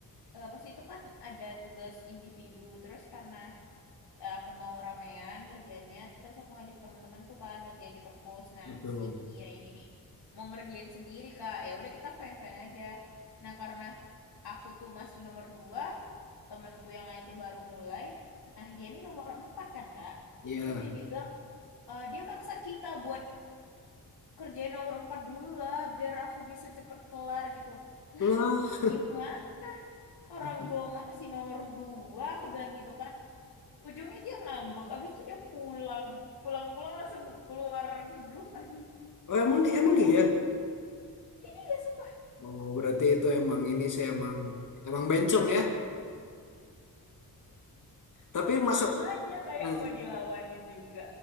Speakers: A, on the left (about 85°); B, on the left (about 55°).
A: eh, pas itu kan ada tugas individu. Terus karena eh, aku mau ramean ngerjainnya terus aku ngajak teman-temanku kan ngerjain di perpus nah
B: Betul.
A: si dia ini nih mau ngerjain sendiri kak ya udah kita fine fine aja nah karena aku tuh masih nomor dua temanku yang lain tuh baru mulai nah dia ini nomor empat kan kak
B: Iya.
A: terus dia bilang e, dia maksa kita buat kerjain nomor empat dulu lah biar aku bisa cepet kelar gitu lah
B: Lah,
A: gimana orang
B: <laughs>
A: gue masih nomor dua aku bilang gitu kan Ujungnya dia ngambek, abis itu dia pulang. Pulang-pulang langsung keluar grup. Aduh,
B: oh, emang
A: capek
B: emang
A: banget.
B: iya.
A: Iya, sumpah.
B: Oh, berarti itu emang ini sih emang emang bencong ya. Tapi masuk
A: Makanya kayak
B: nah,
A: mau dilawanin juga.